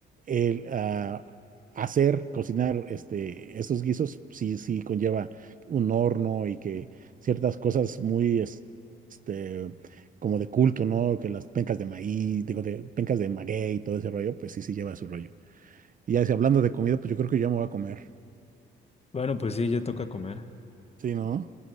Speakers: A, on the right (about 45°); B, on the left (about 30°).
A: el ah, hacer, cocinar este, esos guisos sí, sí conlleva un horno y que ciertas cosas muy... este, como de culto, ¿no? Que las pencas de maíz, digo, de pencas de maguey y todo ese rollo, pues sí, sí lleva su rollo. Y ya si hablando de comida, pues yo creo que yo me voy a comer.
B: Bueno, pues sí, ya toca comer.
A: Sí, ¿no?